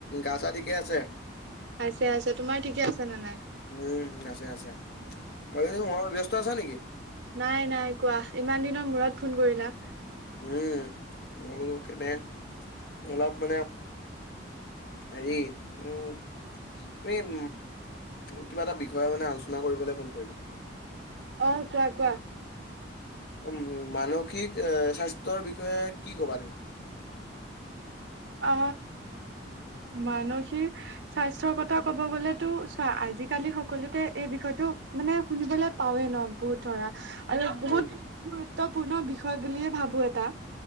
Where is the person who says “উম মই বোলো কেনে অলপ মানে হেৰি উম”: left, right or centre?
Left